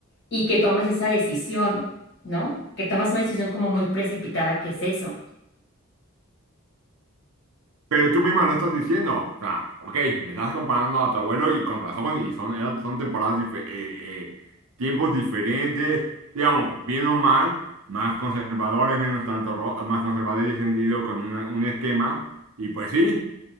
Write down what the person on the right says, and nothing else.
Pero tú misma lo estás diciendo. O sea, ok, me estás comparando a tu abuelo y con razón, y son, eran- son temporadas, dife- eh, eh, tiempos diferentes, digamos, bien o mal, más conservadores, menos tanto, ro- más conservadores y sentido con una- un esquema. Y pues sí.